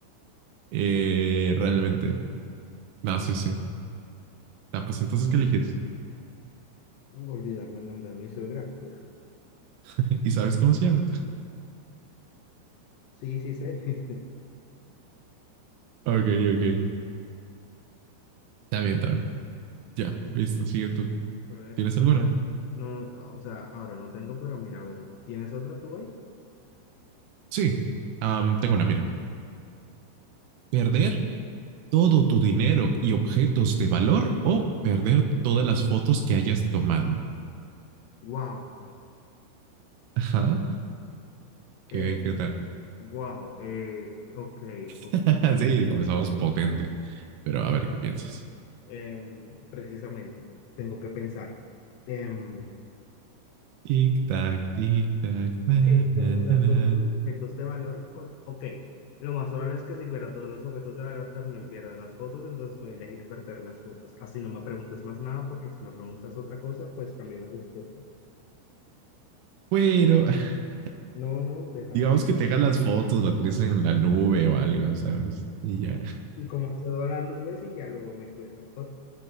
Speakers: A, on the right (about 80°); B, on the left (about 85°).
A: Eh, realmente. No, sí, sí. Ah, pues entonces, ¿qué eliges?
B: olvidarme el nombre de mi suegra. <laughs>
A: <laughs> ¿Y sabes cómo se llama?
B: Sí, sí sé. <laughs>
A: <laughs> ok, ok. Está bien, está bien. Ya, listo, sigue tú.
B: A ver,
A: ¿Tienes alguna?
B: no, o sea, ahora no tengo, pero mira, a ver, ¿tienes otra tú ahí?
A: Sí. Am, tengo una, mira. Perder todo tu dinero y objetos de valor o perder todas las fotos que hayas tomado.
B: Wow,
A: <laughs> Ajá. ¿Qué,
B: eh,
A: qué tal?
B: wow, eh, ok,
A: <laughs>
B: ok.
A: sí, comenzamos potente. Pero a ver qué piensas.
B: Em, precisamente, tengo que pensar. Em,
A: Tic tac, tic tac,
B: ok,
A: na,
B: to-
A: na,
B: o sea,
A: na,
B: todos
A: na.
B: mis objetos de valor, o- ok. Lo más probable es que si pierdo todos los objetos de valor también pierda las fotos, entonces voy a elegir perder las fotos. Así no me preguntes más nada, porque si me preguntas otra cosa, pues cambio la respuesta.
A: Bueno, <laughs>
B: No, no, deja.
A: digamos
B: de-
A: que te dejan las fotos, la tienes en la nube o algo, ¿sabes? Y ya.
B: Y como accedo a las nubes y ya luego me cuido. O,